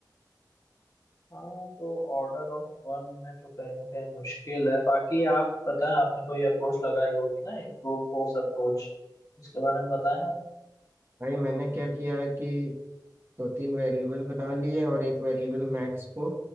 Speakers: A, on the left; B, on the right.
A: हाँ तो ऑर्डर ऑफ वन में तो कहीं ना कहीं मुश्किल है बाकी आप बताएं आपने कोई अप्रोच लगाई होगी ना एक ब्रूट फोर्स अप्रोच उसके बारे में बताएं आप
B: भाई मैंने क्या किया है कि दो तीन वेरिएबल बना लिए और एक वेरिएबल मैक्स को